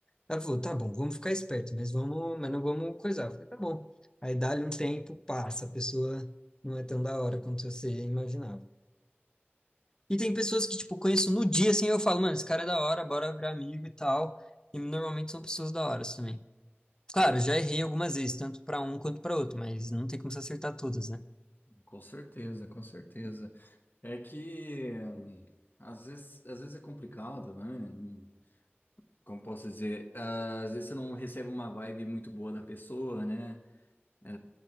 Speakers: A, on the left; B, on the left.
A: Ela falou, tá bom, vamos ficar esperto, mas vamos, mas não vamos coisar. Eu falei, tá bom. Aí dá-lhe um tempo, passa, a pessoa não é tão da hora quanto você imaginava. E tem pessoas que, tipo, conheço no dia, assim, eu falo, mano, esse cara é da hora, bora virar amigo e tal. E normalmente são pessoas da hora assim, também. Claro, já errei algumas vezes, tanto para um quanto para outro, mas não tem como se acertar todas, né?
B: Com certeza, com certeza. É que hum, às vezes, às vezes é complicado, né? Hum, Como posso dizer? Ah, Às vezes você não recebe uma vibe muito boa da pessoa, né? É,